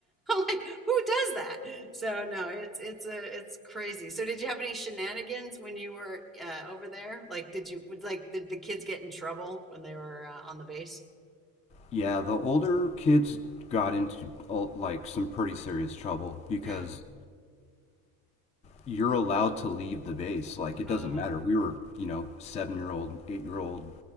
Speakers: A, in the centre; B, on the left.
A: like, who does that? So no, it's it's a it's crazy. So did you have any shenanigans when you were uh, over there? Like, did you like did the kids get in trouble when they were uh, on the base?
B: Yeah, the older kids got into uh, like some pretty serious trouble because
A: Yeah.
B: you're allowed to leave the base. Like it
A: Oh,
B: doesn't matter. We were you know seven year old, eight year old